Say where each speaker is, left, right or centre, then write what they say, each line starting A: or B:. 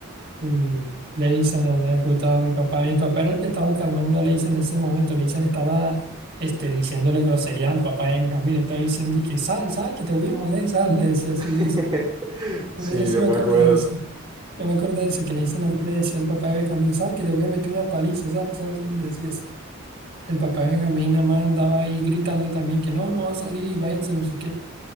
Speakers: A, on the right; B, on the right.
A: Y Leisen, la había puteado a mi papá. Mi papá era el que estaba calmando a Leisen en ese momento. Leisen estaba este, diciéndole groserías al papá de Benjamín. Le Estaba diciendo y que sal, sal, que te voy a joder, sal. Le decía así
B: <laughs>
A: Leisen.
B: Sí,
A: A veces
B: yo
A: sí me
B: me
A: acuerdo
B: acuerdo.
A: de eso. Yo me acuerdo de eso, que Leisen a mí le decía al papá de Benjamín, sal, que te voy a meter una paliza, sal, sal, sal. Le decía así. El papá de Benjamín nada más andaba ahí gritando también que no, no va a salir, váyanse, no sé qué.